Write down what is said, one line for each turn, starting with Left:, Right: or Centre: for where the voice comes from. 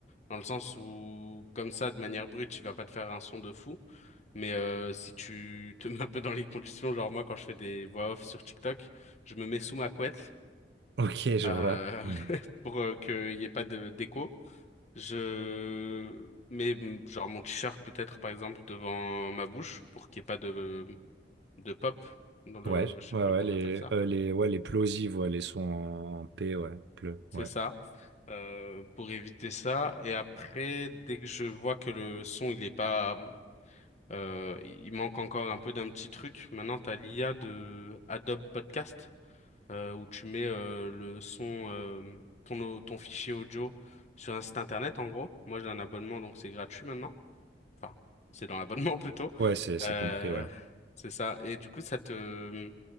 Left: dans le sens où, comme ça, de manière brute, il va pas te faire un son de fou. Mais euh, si tu <laughs> te mets un peu dans les conditions, genre moi, quand je fais des voix off sur TikTok, je me mets sous ma couette
Right: Ok, je
Left: euh,
Right: vois. Hmm.
Left: <laughs> pour euh, qu'il n'y ait pas de d'écho. Je mets mm, genre mon t-shirt peut-être, par exemple, devant ma bouche pour qu'il n'y ait pas de de pop dans le
Right: Ouais, je-
Left: je sais
Right: ouais,
Left: plus
Right: ouais,
Left: comment
Right: les,
Left: on appelle ça
Right: euh, les, ouais, les plosives, ouais, les sons en P, ouais, pleu,
Left: c'est
Right: ouais.
Left: ça euh, pour éviter ça et après dès que je vois que le son il est pas euh, il manque encore un peu d'un petit truc maintenant t'as l'IA de Adobe Podcast euh, où tu mets euh, le son euh, ton au- ton fichier audio sur un site internet en gros moi j'ai un abonnement donc c'est gratuit maintenant enfin c'est dans l'abonnement <laughs> plutôt
Right: Ouais, c'est, c'est
Left: euh,
Right: compris, ouais.
Left: c'est ça et du coup ça te